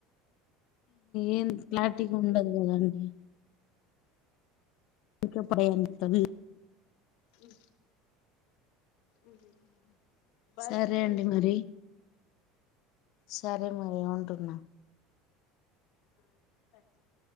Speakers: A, on the left; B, on the left.
A: ఏం క్లారిటీ గుండదు గదండి ఇంకెప్పుడు ఏందిత్తది
B: ఉ ఊహు బైడ్వేరి
A: సరే అండి మరి సరే మరి ఉంటున్నా
B: ఆ కట్ చెయ్